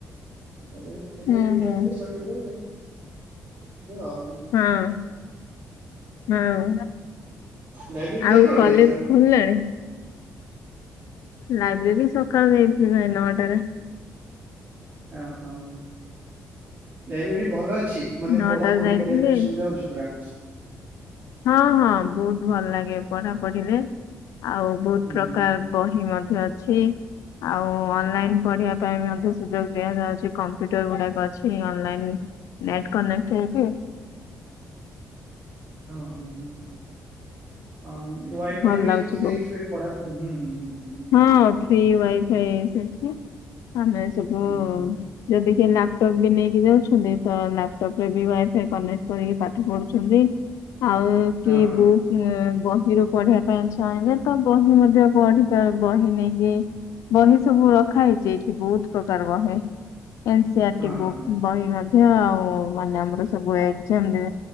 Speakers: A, on the right; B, on the left.
A: ହେଲେ
B: ହୁଁ
A: ଦିଟା
B: ହୁଁ
A: ହେଲେ ସରିଗଲେ ଆଉ
B: ହଁ। ହଁ
A: ଲାଇବ୍ରେରୀ କେତେବେଳେ
B: ଆଉ କଲେଜ
A: ଯାଇଥିଲ?
B: ଖୋଲିଲାଣି। ଲାଇବ୍ରେରୀ ସକାଳୁ ଯାଇଥିଲି ଭାଇ ନଅଟାରେ।
A: ଓହୋ ଲାଇବ୍ରେରୀ ଭଲ ଅ ଛି ମାନେ
B: ନଅଟାରେ
A: ପଢା ପଢି
B: ଯାଇଥିଲି
A: କରିବା ପାଇଁ ସୁବିଧା ହଉଛି ପୁରା।
B: ହଁ ହଁ ବହୁତ ଭଲ ଲାଗେ ପଢା ପଢିରେ। ଆଉ ବହୁତ
A: ହୁଁ
B: ପ୍ରକାର
A: ହୁଁ
B: ବହି ମଧ୍ୟ ଅଛି। ଆଉ ଅନଲାଇନ ପଢିବା ପାଇଁ ମଧ୍ୟ ସୁଯୋଗ ଦିଆଯାଉଛି କମ୍ପ୍ୟୁଟର ଗୁଡାକ ଅଛି ଅନଲାଇନ। ନେଟ କନେକ୍ଟ ହେଇକି।
A: ହଁ ହଁ ହୁଁ। ହଁ ୱାଇଫାଇ
B: ଭଲ
A: ବି
B: ଲାଗୁଛି
A: ତ ଦେଇଥିବେ
B: ବହୁତ।
A: ପଢାପଢି ହୁଁ। ହୁଁ ହୁଁ ହୁଁ
B: ହଁ ଫି ୱାଇଫାଇ ସେଠି ଆମେ ସବୁ
A: ହୁଁ ହୁଁ।
B: ଯଦି ଟିକେ ଲାପଟପ୍ ବି ନେଇକି ଯାଉଛନ୍ତି ତ ଲାପଟପ୍ ରେ ବି ୱାଇଫାଇ କନେକ୍ଟ କରିକି ପାଠ ପଢୁଛନ୍ତି। ଆଉ
A: ହଁ
B: କି
A: ହଁ
B: ବୁକ୍ ବହିରୁ ପଢିବା ପାଇଁ ଚାହିଁଲେେ ତ ବହି ମଧ୍ୟ ପଢି ବହି ନେଇକି ବହି ସବୁ ରଖା ହେଇଚ ଏଇଠି ବହୁତ ପ୍ରକାର ବହି। ଏ ସଆରଟି
A: ହଁ
B: ବକ୍
A: ହଁ
B: ବହି ମଧ୍ୟ ଆଉ ମାନେ ଆମର ସବୁ ଏାମ ଦେ